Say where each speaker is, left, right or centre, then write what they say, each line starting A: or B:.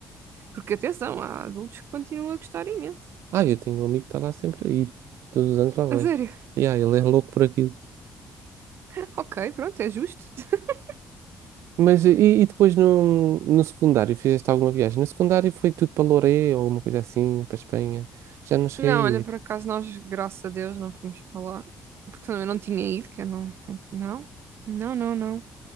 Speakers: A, on the right (about 60°); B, on the right (about 80°).
A: Porque atenção, há adultos que continuam a gostar imenso.
B: Ah, eu tenho um amigo que está lá sempre a ir. Todos os anos lá vai.
A: A sério.
B: Yeah, ele é louco por aquilo.
A: <laughs> Ok, pronto, é justo. <laughs>
B: Mas e, e depois no, no secundário, fizeste alguma viagem? No secundário foi tudo para Loré ou uma coisa assim, para Espanha. Já não cheguei
A: Não, olha,
B: a ir.
A: por acaso nós, graças a Deus, não fomos para lá. Porque senão eu não tinha ido, que eu não. Não, não, não, não.